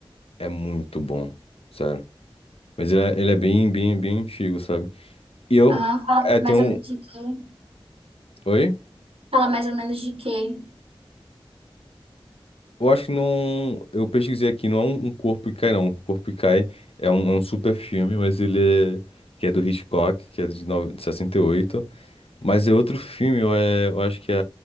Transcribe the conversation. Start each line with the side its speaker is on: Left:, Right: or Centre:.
Left: É muito bom, sério. Mas ele é, ele é bem, bem, bem antigo, sabe? E eu,
Right: Ah, fala
Left: é,
Right: mais
Left: tem um.
Right: ou menos de quê?
Left: Oi?
Right: Fala mais ou menos de quê?
Left: Eu acho que não. Eu pesquisei aqui, não é um, um Corpo e Cai, não. Um Corpo e Cai é um, é um super filme, mas ele é. que é do Hitchcock, que é de, nove- de sessenta e oito Mas é outro filme, eu, é, eu acho que é